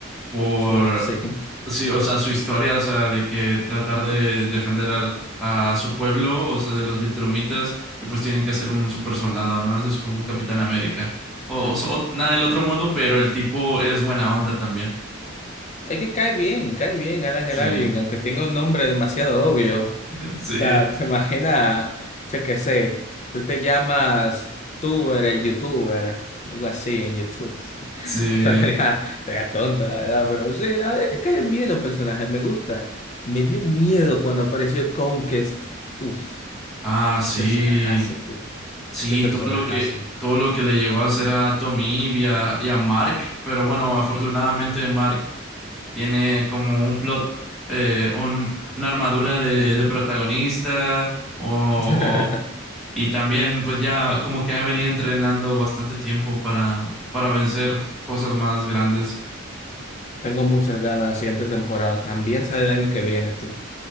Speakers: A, in the centre; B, on the left.
A: por,
B: So, sí.
A: sí, o sea, su historia, o sea, de que tratar de defender al- a, su pueblo, o sea, de los Viltrumitas, y pues tienen que hacer un super soldado, ¿no? Eso es como un Capitán América. O, o, so, o- nada del otro mundo, pero el tipo es buena onda también.
B: Es que cae bien, cae bien Alan
A: Sí,
B: el Alien, aunque tenga un nombre demasiado obvio. O
A: <laughs> sí,
B: sea, te imaginas, yo qué sé, tú te llamas Tuber, el YouTuber, algo así en YouTube. <laughs>
A: sí.
B: Eso sería, sería tonto, la verdad, pero sí, la verdad es que caen bien los personajes, me gusta. Me dio miedo cuando apareció Conquest. Uf.
A: Ah,
B: Qué
A: sí.
B: personajazo, tú.
A: Sí,
B: Qué personajazo.
A: todo lo que, todo lo que le llegó a hacer a Tommy y a, y a Mark, pero bueno, afortunadamente Mark tiene como un plot, eh, un, una armadura de,
B: Ujú.
A: de protagonista, o,
B: <laughs>
A: o- y también pues ya como que ha venido entrenando bastante tiempo para, para vencer cosas más grandes.
B: Tengo muchas ganas de la siguiente temporada. También sale el año que viene, tú.